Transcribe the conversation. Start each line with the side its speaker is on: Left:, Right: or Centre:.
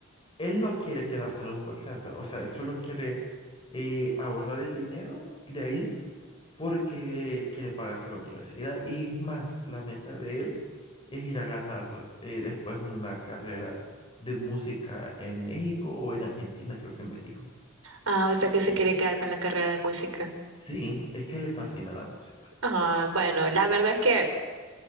Left: Él no quiere quedarse en un call center, o sea, él solo quiere eh, ahorrar el dinero de ahí porque quiere pagarse la universidad. Y es más, la meta de él es ir a agarrar eh, después una carrera de música en México o en Argentina, creo que me dijo.
Right: Ah, o sea que se quiere quedar con la carrera de música.
Left: Sí, es que le fascina la música.
Right: Ah, bueno, la verdad es que